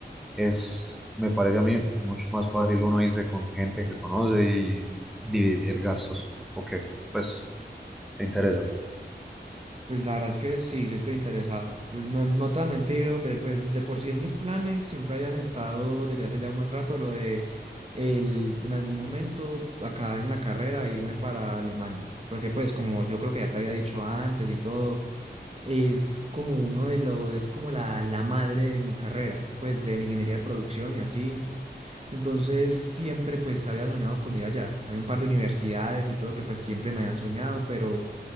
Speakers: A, in the centre; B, on the right.
A: es, me parece a mí mucho más fácil uno irse con gente que conoce y dividir gastos. Ok, pues te interesa.
B: Pues la verdad es que sí, sí estoy interesado. Pues no, no te voy a mentir, hombre, pues de por sí en mis planes siempre hayan estado desde hace ya un buen rato lo de el, en algún momento acá en la carrera irme para Alemania. Porque pues como yo creo que ya te había dicho antes y todo, es como uno de los, es como la, la madre de mi carrera, pues de la ingeniería de producción y así. Entonces siempre pues había soñado con ir allá. Hay un par de universidades y todo que pues siempre me habían soñado, pero, o